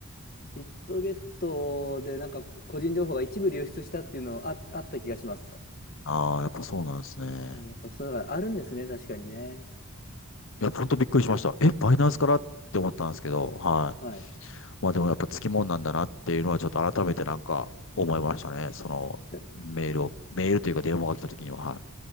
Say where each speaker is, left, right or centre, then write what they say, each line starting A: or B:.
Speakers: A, on the left; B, on the left.
A: ビットゲットでなんか個人情報が一部流出したっていうのあ、あった気がします。
B: ああー、やっぱそうなんですね。
A: うん、やっぱそういうのがあるんですね、確かにね。
B: いや、ほんとびっくりしました。え、バイナンスからって思ったんですけど、
A: はい。
B: はい。
A: はい。
B: まあでもやっぱつきもんなんだなっていうのはちょっと改めてなんか思いましたね。
A: はい。
B: そのメールを、
A: で、
B: メールというか電話が来た時には、